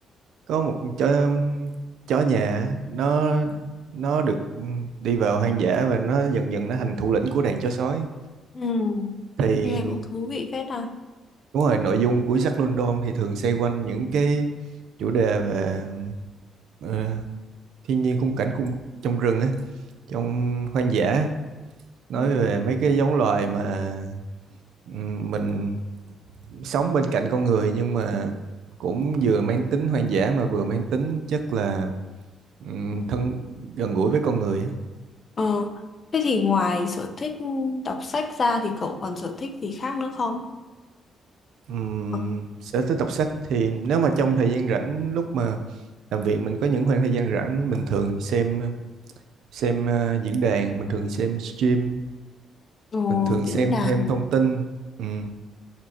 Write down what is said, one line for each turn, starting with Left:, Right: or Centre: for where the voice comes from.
Right: có một chó chó nhà nó nó được đi vào hoang dã và nó dần dần nó thành thủ lĩnh của đàn chó sói
Left: Ừ.
Right: thì
Left: nghe cũng thú vị phết à
Right: đúng rồi nội dung của Jack London thì thường xoay quanh những
Left: ừ.
Right: cái chủ đề về ờ, thiên nhiên khung cảnh khung trong rừng á trong hoang dã nói
Left: Ừ.
Right: về mấy cái giống loài mà ừm, mình sống bên cạnh con người nhưng mà cũng vừa mang tính hoang dã mà vừa mang tính chất là ừm, thân gần gũi với con người á.
Left: Ờ, thế thì ngoài sở thích đọc sách ra thì cậu còn sở thích gì khác nữa không?
Right: Ừm,
Left: Ờ,
Right: sở thích đọc sách thì nếu mà trong thời gian rảnh lúc mà làm việc mình có những khoảng thời gian rảnh mình thường xem xem ờ, diễn đàn mình thường xem stream
Left: ờ,
Right: mình thường
Left: diễn
Right: xem
Left: đàn.
Right: thêm thông tin Ừm.